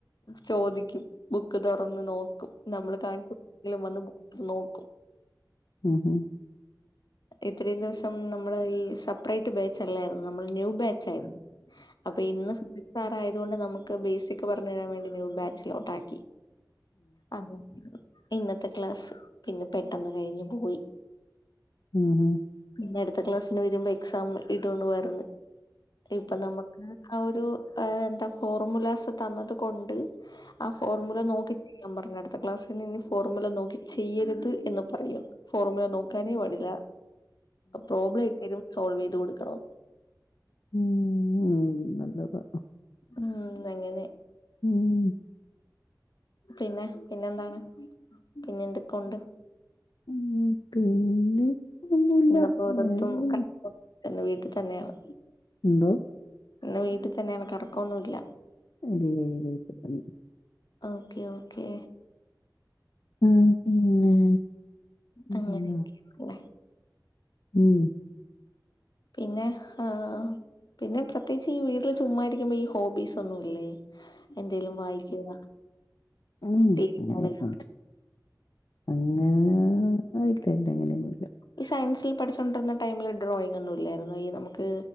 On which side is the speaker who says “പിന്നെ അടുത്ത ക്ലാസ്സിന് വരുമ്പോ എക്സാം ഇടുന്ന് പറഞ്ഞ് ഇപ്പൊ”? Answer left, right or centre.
Left